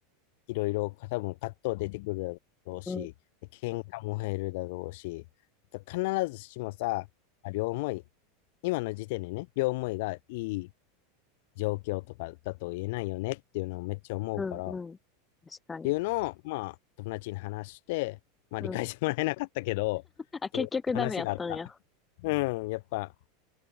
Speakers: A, on the left (about 55°); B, on the left (about 15°).
A: いろいろ多分葛藤出てくるだろうし、
B: うん、
A: 喧嘩も減るだろうし、必ずしもさ、両思い、今の時点でね、両思いがいい状況とかだと言えないよねっていうのをめっちゃ思うから、
B: うん、うん
A: っ
B: 確かに。
A: ていうのを、まあ、友達に話して、まあ、
B: うん。
A: 理解してもらえなかったけど、
B: あ、
A: っていう話があった。
B: 結局ダメやったんや。
A: うん、やっぱ、